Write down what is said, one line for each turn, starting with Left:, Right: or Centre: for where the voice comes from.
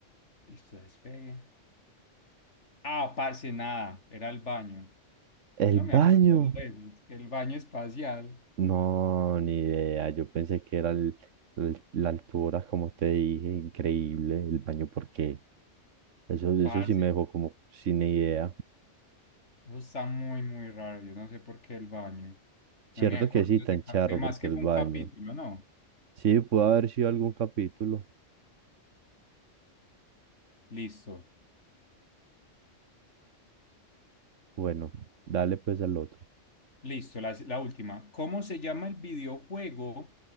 Left: Listo, despegue. Ah, parce, nada, era el baño.
Right: ¿El
Left: Yo no
Right: baño?
Left: me acuerdo de eso, es que el baño espacial,
Right: No, ni idea. Yo pensé que era el- el- la altura, como te dije, increíble. El baño, porque Eso, eso
Left: parce,
Right: sí me dejó como sin idea.
Left: eso está muy, muy raro, yo no sé por qué el baño.
Right: Cierto
Left: No me acuerdo
Right: que sí,
Left: de
Right: tan
Left: ese, ca-
Right: charro,
Left: de más
Right: porque
Left: que
Right: el
Left: fue
Right: baño.
Left: un capítulo, ¿no?
Right: Sí, pudo haber sido algún capítulo.
Left: Listo.
Right: Bueno, dale pues al otro.
Left: Listo, la, la última. ¿Cómo se llama el videojuego